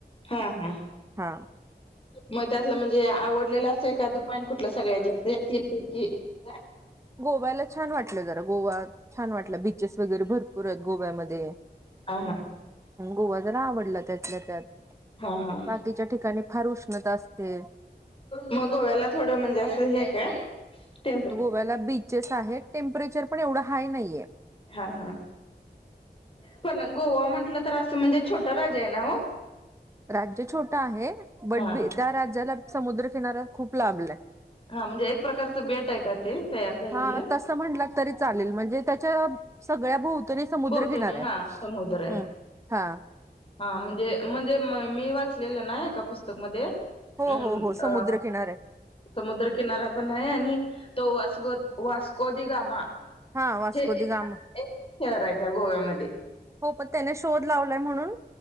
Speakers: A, on the left; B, on the right.
A: हा हा
B: हा.
A: मग त्यातलं म्हणजे आवडलेलं असं एखादं कुठलं सगळ्यात जास्त <unintelligible>
B: गोव्याला छान वाटलं जरा गोवा छान वाटलं बीचेस वगैरे भरपूर आहेत गोव्यामध्ये
A: हां हां
B: गोवा जरा आवडला त्यातल्या त्यात
A: हा हा
B: बाकीच्या ठिकाणी फार उष्णता असते
A: मग गोव्याला थोडं म्हणजे असं हे काय टेम्परे
B: व्याला बीचेस आहेत टेम्परेचर पण एवढं हाय नाहीय,
A: हा हा पण गोवा म्हटलं तर असं म्हणजे छोटं राजा आहे ना हो?
B: राज्य छोटं आहे बट
A: हा
B: बी त्या राज्याला समुद्रकिनऱ्या खूप लाभलाय,
A: हा म्हणजे एक प्रकारचं बेट आहे का ते तयार झालेलं
B: हा तसं म्हटलं तरी चालेल म्हणजे त्याच्या सगळ्या भोवतीनं तरी समुद्र
A: भोवतणी
B: किनारा आहे
A: हा समुद्र आहे
B: ह हा,
A: हा म्हणजे म्हणजे मी वाचलेलं ना एका पुस्तकमध्ये अ
B: हो हो हो समुद्रकिनार आहे,
A: समुद्रकिनारा पण आहे आणि तो वासगो वास्कोदी गामा,
B: हा वास्को
A: हे शहर
B: दी गामा
A: आहे त्या गोव्यामध्ये
B: हो पण त्याने शोध लावलाय म्हणून,